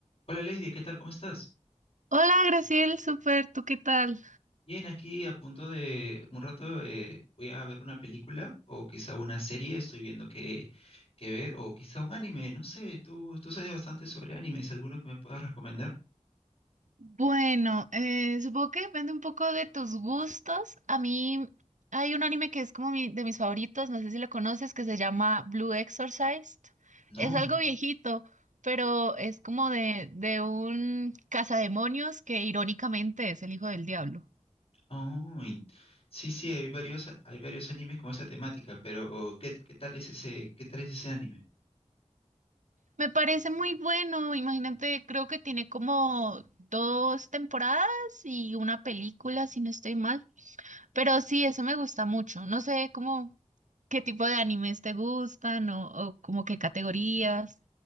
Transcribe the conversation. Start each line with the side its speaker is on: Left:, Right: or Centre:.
Left: Hola Lady, ¿qué tal? ¿Cómo estás?
Right: Hola, Graciel, súper, ¿tú qué tal?
Left: Bien, aquí a punto de un rato eh, voy a ver una película o quizá una serie, estoy viendo qué, qué ver, o quizá un anime, no sé, tú, tú sabes bastante sobre animes, ¿alguno que me puedas recomendar?
Right: Bueno, eh, supongo que depende un poco de tus gustos. A mí hay un anime que es como mi- de mis favoritos, no sé si lo conoces, que se llama Blue Exorcist.
Left: No,
Right: Es algo viejito, pero es como de, de un cazademonios que irónicamente es el hijo del diablo.
Left: ay, sí, sí, hay varios, hay varios animes con esa temática, pero ¿qué, qué tal es ese, qué tal es ese anime?
Right: Me parece muy bueno, imagínate, creo que tiene como dos temporadas y una película, si no estoy mal. Pero sí, eso me gusta mucho. No sé cómo. ¿Qué tipo de animes te gustan o, o como qué categorías?